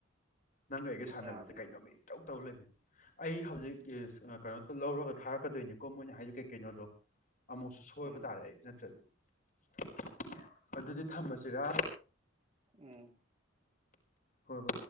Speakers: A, on the left (about 40°); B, on the right (about 30°).
A: ꯅꯪꯒ ꯑꯩꯒ
B: ꯑꯗꯨꯝ
A: ꯁꯥꯟꯅꯕꯁꯦ
B: ꯌꯥꯕꯅꯤꯅꯦ
A: ꯀꯩꯅꯣꯝꯄ ꯏꯇꯧ ꯇꯧꯔ ꯂꯩꯔꯝꯃꯦ ꯑꯩ ꯍꯧꯖꯤꯛ ꯀꯩꯅꯣꯇ ꯂꯧꯔꯒ ꯊꯥꯔꯛꯀꯗꯣꯏꯅꯤꯀꯣ ꯃꯣꯏꯅ ꯍꯥꯏꯗꯤ ꯀꯩ ꯀꯩꯅꯣꯗꯣ ꯑꯃꯨꯛꯁꯨ ꯁꯣꯏꯕ
B: ꯎꯝ
A: ꯇꯥꯔꯦ ꯑꯩ ꯅꯠꯇ꯭ꯔꯗꯤ <unintelligible> ꯑꯗꯨꯗꯤ ꯊꯝꯃꯁꯤꯔꯥ
B: ꯎꯝ
A: ꯍꯣꯏ ꯍꯣꯏ